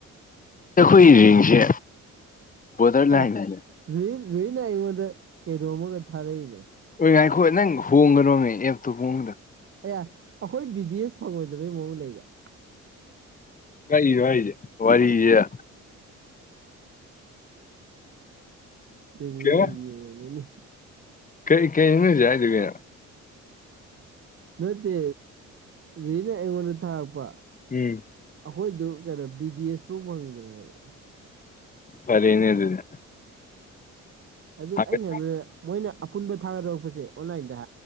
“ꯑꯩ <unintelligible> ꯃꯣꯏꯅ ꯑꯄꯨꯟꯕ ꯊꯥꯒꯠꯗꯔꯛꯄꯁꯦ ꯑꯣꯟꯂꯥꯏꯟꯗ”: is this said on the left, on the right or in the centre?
Right